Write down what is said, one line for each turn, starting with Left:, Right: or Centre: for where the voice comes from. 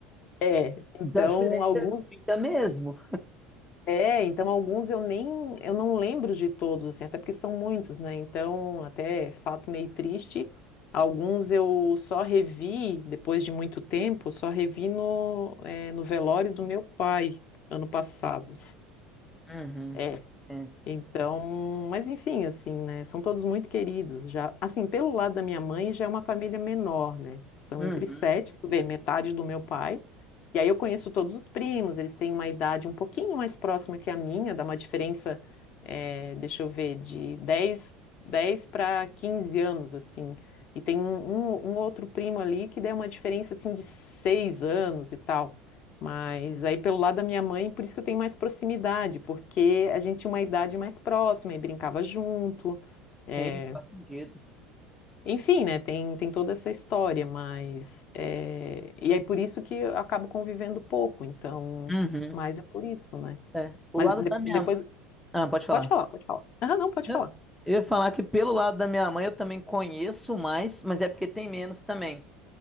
Left: é, então,
Centre: Então a diferença
Left: alguns,
Centre: é muita mesmo.
Left: é, então alguns eu nem eu não lembro de todos, assim, até porque são muitos, né? Então, até fato meio triste, alguns eu só revi depois de muito tempo, só revi no, eh, no velório do meu pai ano passado.
Centre: Uhum.
Left: É.
Centre: É.
Left: Então, mas enfim, assim, né? São todos muito queridos. Já, assim, pelo lado da minha mãe, já é uma família menor, né? São
Centre: Uhum.
Left: entre sete, tu vê, metade do meu pai. E aí eu conheço todos os primos, eles têm uma idade um pouquinho mais próxima que a minha, dá uma diferença, eh, deixa eu ver, de dez dez para 15 anos, assim. E tem um, um um outro primo ali que dá uma diferença, assim, de seis anos e tal. Mas aí pelo lado da minha mãe, por isso que eu tenho mais proximidade, porque a gente tinha uma idade mais próxima e brincava junto. é,
Centre: Sim, faz sentido.
Left: Enfim, né? Tem, tem toda essa história, mas. é, E aí por isso que eu acabo convivendo pouco, então.
Centre: Uhum.
Left: Mas é por isso, né?
Centre: É. O
Left: Mas
Centre: lado
Left: de-
Centre: da minha.
Left: depois.
Centre: Ah, pode falar.
Left: Pode falar, pode falar. Ah, não, pode
Centre: Não,
Left: falar.
Centre: Eu ia falar que pelo lado da minha mãe eu também conheço mais, mas é porque tem menos também.